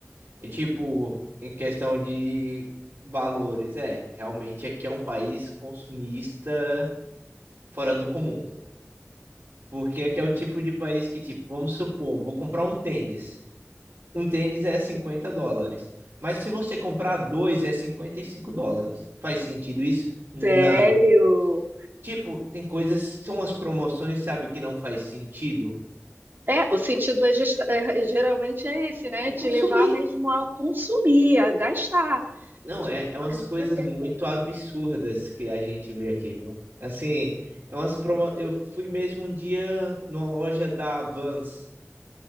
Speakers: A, on the right (about 65°); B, on the right (about 45°).
A: E tipo, em questão de valores, é, realmente aqui é um país consumista fora do comum. Porque aqui é o tipo de país que, tipo, vamos supor, vou comprar um tênis. Um tênis é 50 dólares. Mas se você comprar dois, é 55 dólares. Faz sentido isso? Não.
B: Sério?
A: Tipo, tem coisas, são as promoções, sabe, que não faz sentido.
B: É, o sentido é, gesta- é, é, geralmente é esse, né?
A: É consumir.
B: Te levar mesmo a consumir, a gastar,
A: Não,
B: te
A: é,
B: botar
A: é umas
B: ali
A: coisas
B: pra ter
A: muito
B: coisas.
A: absurdas que a gente vê aqui, viu? Assim, é umas promo... Eu fui mesmo um dia numa loja da Vans.